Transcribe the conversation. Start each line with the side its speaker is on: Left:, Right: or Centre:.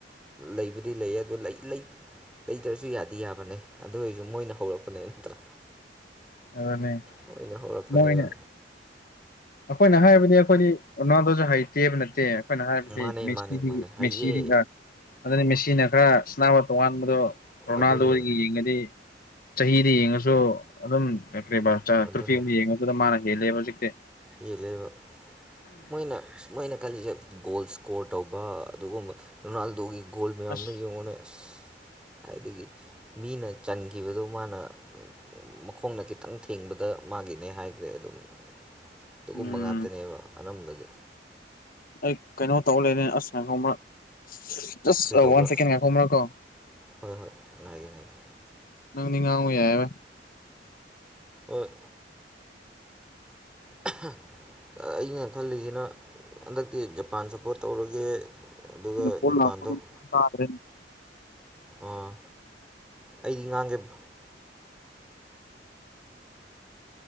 Centre: ꯂꯩꯕꯨꯗꯤ ꯂꯩꯌꯦ ꯑꯗꯨꯣ ꯂꯩ ꯂꯩꯇ꯭ꯔꯁꯨ ꯌꯥꯗꯤ ꯌꯥꯕꯅꯦ ꯑꯗꯨ ꯑꯣꯏꯁꯨ ꯃꯣꯏꯅ ꯍꯧꯔꯛꯄꯅꯦ ꯅꯠꯇ꯭ꯔꯥ
Left: ꯑꯋꯅꯦ
Centre: ꯃꯣꯏꯅ ꯍꯧꯔꯛꯄꯅꯦꯕ
Left: ꯃꯣꯏꯅ ꯑꯩꯈꯣꯏꯅ ꯍꯥꯏꯕꯗꯤ ꯑꯩꯈꯣꯏꯗꯤ ꯔꯣꯅꯥꯜꯗꯣꯁꯨ ꯍꯩꯇꯦꯕ ꯅꯠꯇꯦ꯫ ꯑꯩꯈꯣꯏꯅ ꯍꯥꯏꯕꯗꯤ
Centre: ꯃꯥꯅꯦ
Left: ꯃꯦꯁꯤꯗꯤ
Centre: ꯃꯥꯅꯦ ꯃꯥꯅꯦ ꯍꯩꯌꯦ
Left: ꯃꯦꯁꯤꯗꯤꯅ ꯑꯗꯨꯅ ꯃꯦꯁꯤꯅ ꯈꯔ ꯁ꯭ꯅꯥꯕ ꯇꯣꯉꯥꯟꯕꯗꯣ ꯔꯣꯅꯥꯜꯗꯣꯒꯤ
Centre: ꯑꯗꯨꯅꯦ
Left: ꯌꯦꯡꯉꯗꯤ ꯆꯍꯤꯗ ꯌꯦꯡꯉꯁꯨ ꯑꯗꯨꯝ ꯑꯦ ꯀ꯭ꯔꯤꯕ
Centre: ꯑꯗꯨꯅꯦ
Left: ꯇ꯭ꯔꯨꯐꯤ ꯑꯃ ꯌꯦꯡꯉꯒꯗ ꯃꯥꯅ ꯍꯦꯜꯂꯦꯕ ꯍꯧꯖꯤꯛꯇꯤ
Centre: ꯍꯦꯜꯂꯩꯕ ꯃꯣꯏꯅꯥ ꯃꯣꯏꯅꯥ ꯀꯂꯤꯖꯦ ꯒꯣꯜ ꯁ꯭ꯀꯣꯔ ꯇꯧꯕ ꯑꯗꯨꯒꯨꯝꯕ ꯔꯣꯅꯥꯜꯗꯣꯒꯤ ꯒꯣꯜ ꯃꯌꯥꯝꯗ
Left: ꯑꯁ
Centre: ꯌꯦꯡꯉꯨꯅꯦ ꯑꯁ ꯍꯥꯏꯗꯒꯤ ꯃꯤꯅ ꯆꯟꯈꯤꯕꯗꯨꯣ ꯃꯥꯅ ꯃꯈꯣꯡꯗ ꯈꯤꯇꯪ ꯊꯦꯡꯕꯗ ꯃꯥꯒꯤꯅꯦ ꯍꯥꯏꯈ꯭ꯔꯦ ꯑꯗꯨꯝ ꯑꯗꯨꯒꯨꯝꯕ
Left: ꯎꯝ
Centre: ꯉꯥꯛꯇꯅꯦꯕ ꯑꯅꯝꯕꯗꯤ
Left: ꯑꯩ ꯀꯩꯅꯣ ꯇꯧ ꯂꯩꯔꯦ ꯑꯁ ꯉꯥꯏꯈꯣ ꯑꯝꯔꯛ ꯖꯁ
Centre: ꯀꯩ ꯇꯧꯕ꯭ꯔꯥ
Left: ꯑ ꯋꯥꯟ ꯁꯦꯀꯦꯟ ꯉꯥꯏꯈꯣ ꯑꯃ꯭ꯔꯛ ꯀꯣ
Centre: ꯍꯣꯏ ꯍꯣꯏ ꯉꯥꯏꯒꯦ ꯉꯥꯏꯒꯦ
Left: ꯅꯪꯗꯤ ꯉꯥꯡꯉꯨ ꯌꯥꯏꯌꯦꯕ
Centre: ꯑꯣꯢ <unintelligible> ꯑꯩꯅ ꯈꯜꯂꯤꯁꯤꯅ ꯍꯟꯗꯛꯇꯤ ꯖꯄꯥꯟ ꯁꯞꯄꯣꯔꯠ ꯇꯧꯔꯒꯦ ꯑꯗꯨꯒ
Left: ꯐꯣꯟ
Centre: ꯖꯄꯥꯟꯗꯣꯛ
Left: ꯂꯥꯛꯄꯗꯨ ꯇꯥꯗ꯭ꯔꯦ
Centre: ꯑꯥ ꯑꯩꯗꯤ ꯉꯥꯡꯒꯦꯕ